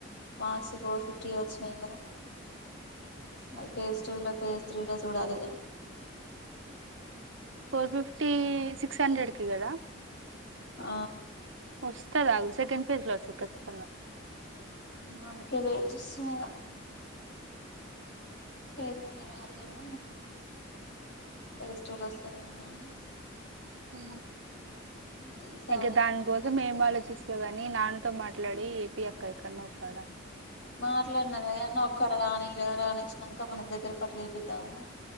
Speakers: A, on the left; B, on the right.
A: మార్క్స్ ఫోర్ ఫిఫ్టీ వచ్చినాయి కదా మరి పేజీ టూలో పేజీ త్రీలో చూడాలి ఇక
B: ఫోర్ ఫిఫ్టీ సిక్స్ హండ్రెడ్ కి కదా
A: ఆ
B: వస్తది ఆగు సెకండ్ పేజ్ లో వస్తంది. ఖచ్చితంగా
A: అందుకే వెయిట్ చేస్తున్నా ఇగ పేజ్ నెంబర్ రాదేమో. ప్లే స్టోర్ లో వస్తదేమోనని.
B: ఊ
A: తీసావయ్యా
B: ఇక దాని
A: అన్న ఆలోచిస్తే
B: కోసం ఏం ఆలోచిస్తవ్
A: గాని
B: గాని నాన్ తొ మాట్లాడి ఏపీ అక్క ఎక్కడ్నో ఒక్కాడ
A: మాట్లాడినారా యడనో ఒక్కడు గానీ ఈడదాక రానించిన్నాక మన దగ్గ్ తిరుపతిలో వేపిద్దాము